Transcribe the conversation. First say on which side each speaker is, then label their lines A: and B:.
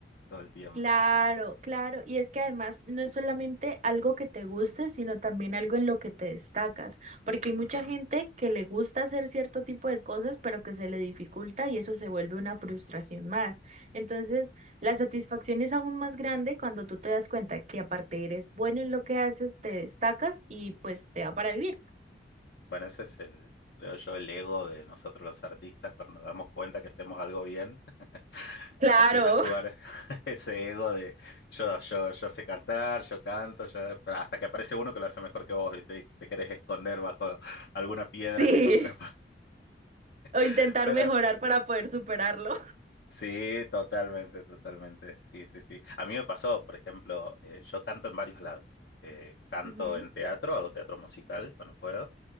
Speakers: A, on the left; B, on the right.
A: todo el tiempo.
B: Claro,
A: Es como,
B: claro. Y es que además no es solamente algo que te guste, sino también algo en lo que te destacas, porque hay
A: ujú.
B: mucha gente que le gusta hacer cierto tipo de cosas, pero que se le dificulta y eso se vuelve una frustración más. Entonces, la satisfacción es aún más grande cuando tú te das cuenta que aparte eres bueno en lo que haces, te destacas y pues te da para vivir.
A: Bueno, ese es el, creo yo, el ego de nosotros los artistas. Cuando nos damos cuenta que hacemos algo bien, <laughs>
B: Claro,
A: nos empieza a jugar <laughs> ese ego de yo, yo, yo sé cantar, yo canto, yo, pero hasta que aparece uno que lo hace mejor que vos, ¿viste? Y te querés esconder bajo alguna piedra
B: <laughs> sí.
A: que encontrás.
B: O intentar
A: <laughs> Pero
B: mejorar para poder superarlo.
A: Sí, totalmente, totalmente. Sí, sí, sí. A mí me pasó, por ejemplo, eh, yo canto en varios lados. Eh, canto
B: Ujú,
A: en teatro, hago teatro musical cuando puedo.